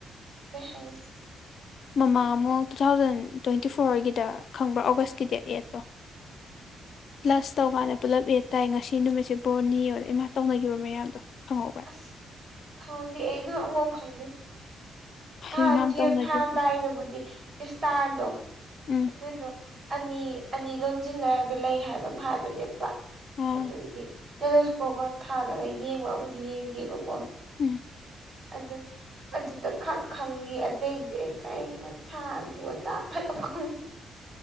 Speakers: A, on the right; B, on the left.
A: ꯀꯩ ꯍꯥꯏ
B: ꯃꯃꯥ ꯑꯃꯨꯛ ꯇꯨ ꯊꯥꯎꯖꯟ ꯇ꯭ꯋꯦꯟꯇꯤ ꯐꯣꯔꯒꯤꯗ ꯈꯪꯕ꯭ꯔꯥ ꯑꯣꯒꯁꯀꯤ ꯗꯦꯠ ꯑꯦꯠꯇꯣ ꯄ꯭ꯂꯁ ꯇꯧꯀꯥꯟꯗ ꯄꯨꯜꯂꯞ ꯑꯦꯠ ꯇꯥꯏ ꯉꯁꯤ ꯅꯨꯃꯤꯠꯁꯦ ꯕꯣꯔꯅꯤ ꯑꯣ ꯏꯃꯥ ꯇꯧꯅꯈꯤꯕ ꯃꯌꯥꯝꯗꯣ ꯈꯪꯍꯧꯕ꯭ꯔꯥ
A: ꯑꯁ ꯈꯥꯎꯗꯤ ꯑꯩꯗꯨ ꯈꯪꯗ
B: ꯍꯌꯨꯡ
A: ꯑ
B: ꯌꯥꯝ
A: ꯆꯦꯞ
B: ꯇꯧꯅꯈꯤꯕꯅꯦ
A: ꯊꯥꯔꯝꯗꯥꯏꯗꯕꯨꯗꯤ ꯏꯁꯇꯥꯔꯗꯣ
B: ꯎꯝ
A: ꯑꯗꯨꯗꯣ ꯑꯅꯤ ꯑꯅꯤ ꯂꯣꯟꯁꯤꯟꯅꯔꯒ ꯂꯩ ꯍꯥꯏꯕ ꯑꯃ ꯍꯥꯏꯕꯅꯦꯕ
B: ꯑꯥ
A: ꯑꯗꯨꯒꯤ ꯇꯦꯂꯦꯁꯀꯣꯞ ꯑꯃ ꯊꯥꯜꯂꯒ ꯌꯦꯡꯕ ꯑꯃꯗꯤꯝ ꯌꯦꯡꯒꯦꯕꯀꯣ
B: ꯎꯝ
A: ꯑꯗꯨꯗ ꯑꯗꯨꯗ ꯈꯥ ꯈꯪꯉ ꯑꯇꯩꯗꯤ ꯀꯩ ꯑꯊꯥ ꯑꯗꯨꯇꯥꯈꯪ